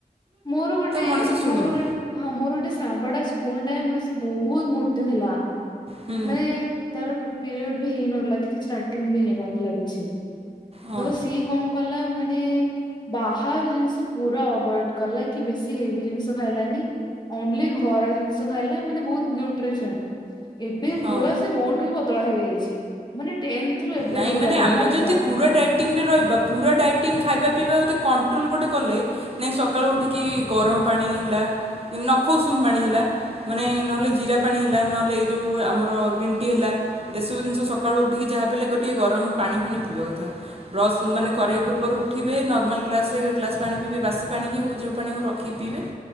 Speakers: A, on the left (about 30°); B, on the right (about 40°).
A: ମୋର ଗୋଟେ
B: ମଣିଷ ଶୁଣିବ
A: ମୋର ଗୋ ହଁ ମୋର ଗୋଟେ ସାଙ୍ଗଡା ସ୍କୁଲ ରେ ବହୁତ ମୋଟି ଥିଲା।
B: ହୁଁ
A: ମାନେ ତାର ପିରିଅଡ଼ ବି ହେଇ ନଥିଲା। କିଛି ଷ୍ଟାର୍ଟିଂ ବି ହେଇନଥିଲା କିଛି।
B: ହଁ
A: ତ ସିଏ କଣ କଲା ମାନେ ବାହାର ଜିନିଷ ପୁରା ଅଭଏଡ୍ କଲା କି ବେଶୀ ହେବି ଜିନିଷ ଖାଇଲାନି ଓନ୍ଲି ଘର ଜିନିଷ ଖାଇଲା ମାନେ ବହୁତ ନ୍ୟୁଟ୍ରିସନ୍ ଏବେ
B: ହଁ
A: ପୁରା ସେ ମୋଠୁ ବି ପତଳା ହେଇଯାଇ ସେ ମାନେ ଟେନ୍ଥ ରୁ ଏବେ
B: ନାଇଁ
A: ତାକୁ
B: ମାନେ
A: ଲାଗିଲା
B: ଆମେ
A: ପତଳା
B: ଯଦି
A: ହେବା
B: ପୁରା
A: ପାଇଁ।
B: ଡାଇଟିଂରେ ରହିବା ପୁରା ଡାଇଟିଂ ଖାଇବା ପିଇବା ଟା କନ୍ କଣ୍ଟ୍ରୋଲ ଗୋଟେ କଲେ ନାଇଁ ସକାଳୁ ଉଠିକି ଗରମ ପାଣି ହେଲା, କି ନଖ ଉସୁମ ପାଣି ହେଲା ମାନେ ନହେଲେ ଜିରା ପାଣି ହେଲା ନହେଲେ ଏଇ ଯଉଁ ଆମର ଗ୍ରୀନ୍ ଟି ହେଲା ଏସବୁ ଜିନିଷ ସକାଳୁ ଉଠିକି ଯାହା ବଲେ ଗୋଟିଏ ଗରମ ପାଣି ଫାଣି ପିଇବା କଥା ବ୍ରସ୍ ମାନେ କରିବା ପୂର୍ବରୁ ଉଠିବେ ନର୍ମାଲ୍ ଗ୍ଲାସ୍ରରେ ଗ ଗ୍ଲାସ୍ ପାଣି ପିଇବେ ବାସି ପାଣିକି ହେଉ ଯଉଁ ପାଣି ହେଉ ରଖିକି ପିଇବେ,